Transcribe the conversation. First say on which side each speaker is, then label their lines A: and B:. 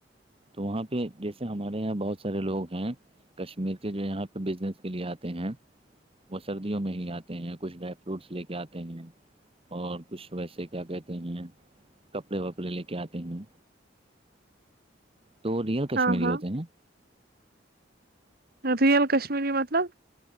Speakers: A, on the right; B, on the right.
A: تو وہاں پہ جیسے ہمارے یہاں بہت سارے لوگ ہیں کشمیر کے جو یہاں پہ بزنس کے لیے آتے ہیں وہ سردیوں میں ہی آتے ہیں کچھ ڈرائی فروٹس لے کے آتے ہیں اور کچھ ویسے کیا کہتے ہیں کپڑے وپڑے لے کے آتے ہیں تو وہ ریئل کشمیری
B: ہاں ہاں
A: ہوتے ہیں نا
B: ریئل کشمیری مطلب